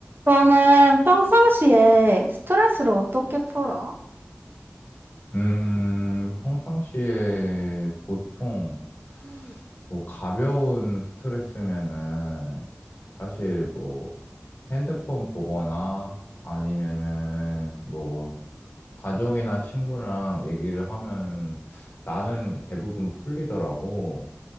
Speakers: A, on the right; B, on the left.
A: 너는 평상시에 스트레스를 어떻게 풀어?
B: 음, 평상시에 보통
A: 음,
B: 뭐 가벼운 스트레스면은 사실 뭐 핸드폰 보거나 아니면은 뭐 가족이나 친구랑 얘기를 하면 나는 대부분 풀리더라고.